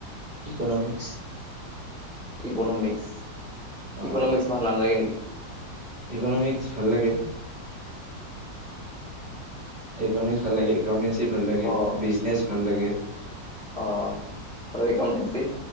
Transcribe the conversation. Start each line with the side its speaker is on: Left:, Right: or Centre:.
Right: ইকনমিক্স
Centre: ইকনমিক্স
Right: অ',
Centre: ইকনমিক্স ভাল নালাগে নেকি?
Right: ইকনমিক্স ভাল লাগে
Centre: উ
Right: ইকনমিক্স ভাল লাগে একাউণ্টেঞ্চি ভাল লাগে
Centre: অ
Right: বিজনেছ ভাল লাগে
Centre: অ আৰু একাউণ্টেনচি